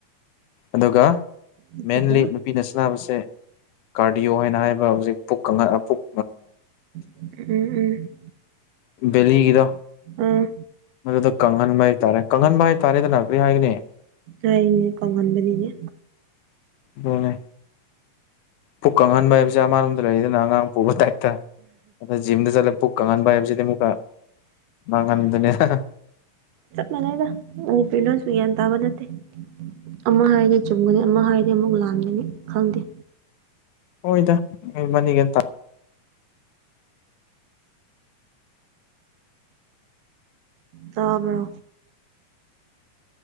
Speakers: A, on the left; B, on the right.
A: ꯑꯗꯨꯒ
B: ꯑꯗꯨꯒ
A: ꯃꯦꯟꯂꯤ ꯅꯨꯄꯤꯅ ꯁꯕꯁꯦ ꯀꯥꯔ ꯍꯥꯏꯕ ꯍꯧꯖꯤꯛ ꯄꯨꯛ ꯄꯨꯛ
B: ꯎꯝ ꯎꯝ
A: ꯕꯂꯤꯒꯤꯗ
B: ꯑꯥ
A: ꯃꯗꯨꯗ ꯀꯪꯍꯟꯕ ꯍꯥꯏꯇꯥꯔꯦ ꯀꯪꯍꯟꯕ ꯍꯥꯏꯇꯥꯔꯦꯗꯅ ꯀꯔꯤ ꯍꯥꯏꯒꯅꯤ
B: ꯑ ꯏꯅꯦ ꯀꯣꯡꯍꯟꯕꯅꯤꯅꯦ
A: ꯑꯗꯨꯅꯦ ꯄꯨꯛ ꯀꯪꯍꯟꯕ ꯍꯥꯏꯕꯁꯦ ꯑꯃꯔꯣꯝꯗ ꯂꯩꯗꯅ ꯑꯉꯥꯡ ꯄꯨꯕ ꯇꯥꯏꯞꯇ ꯑ ꯖꯤꯝꯗ ꯆꯠꯂꯦ ꯄꯨꯛ ꯀꯪꯉꯥꯟꯕ ꯍꯥꯏꯕꯁꯤꯗꯤꯃꯨꯀ ꯃꯥꯡꯍꯟꯗꯅꯦ ꯍꯥ ꯍꯥ
B: ꯇꯜꯂꯦꯗ ꯃꯅꯤꯄꯨꯔꯤ ꯂꯣꯟꯁꯨ ꯒ꯭ꯌꯥꯟ ꯇꯥꯕ ꯅꯠꯇꯦ ꯑꯃ ꯍꯥꯏꯔꯗꯤ ꯆꯨꯝꯒꯅꯤ ꯑꯃ ꯍꯥꯏꯗꯤ ꯃꯨꯛ ꯂꯥꯟꯒꯅꯤ ꯈꯪꯗꯦ
A: ꯍꯣꯏꯗ ꯃꯅꯤ <unintelligible>
B: ꯇꯕ꯭ꯔꯣ